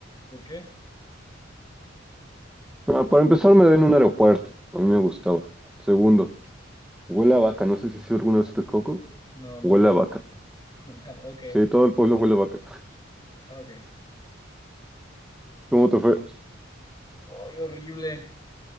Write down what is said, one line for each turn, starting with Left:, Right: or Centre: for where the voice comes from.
Left: ¿Por qué?
Centre: Ah, para empezar, me den un aeropuerto. A mí me gustaba. Segundo, huele a vaca. No sé si has sido alguna vez a Texcoco.
Left: No, nunca
Centre: Huele
Left: he ido.
Centre: a vaca.
Left: <laughs> Ok,
Centre: Sí, todo el pueblo huele a vaca.
Left: ok.
Centre: ¿Cómo te fue? ¿Qué
Left: Ay, horrible.